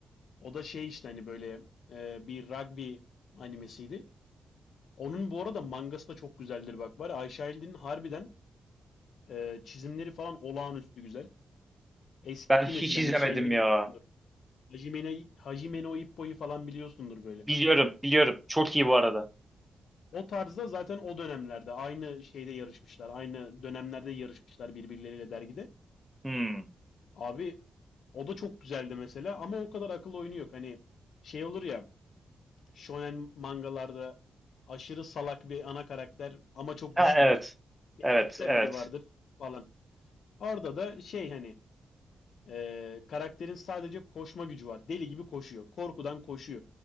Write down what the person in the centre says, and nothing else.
Ben hiç
izlemedim
ya.
Biliyorum, biliyorum. Çok iyi bu arada.
Hmm.
Ha,
evet.
Evet,
evet.